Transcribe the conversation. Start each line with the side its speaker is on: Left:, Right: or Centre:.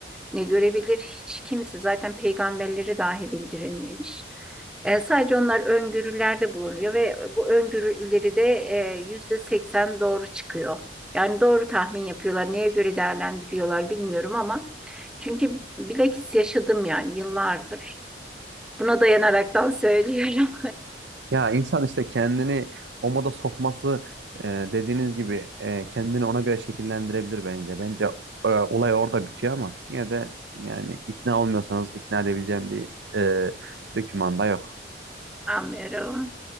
Centre: ne görebilir hiç kimse zaten peygamberlere dahi bildirilmemiş. E, sadece onlar öngörülerde bulunuyor ve bu öngörüleri de e, yüzde seksen doğru çıkıyor. Yani doğru tahmin yapıyorlar. Neye göre değerlendiriyorlar bilmiyorum ama çünkü bilakis yaşadım yani yıllardır. Buna dayanaraktan söylüyorum.
Right: Ya insan işte kendini o moda sokması e, dediğiniz gibi e, kendini ona göre şekillendirebilir bence. Bence e, olay orada bitiyor ama yine de yani ikna olmuyorsanız ikna edebileceğim bir e, dokümanda yok.
Centre: <laughs> Anlıyorum.